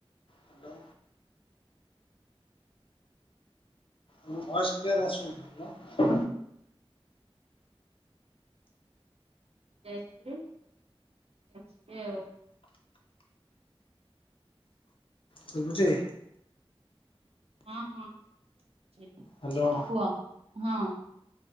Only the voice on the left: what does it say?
ହ୍ୟାଲୋ। ତୋମ ଭଏସ୍ କ୍ଲିୟର ଆସୁନି। <inaudible>
ଶଭୁଚି?
ହାଲୋ।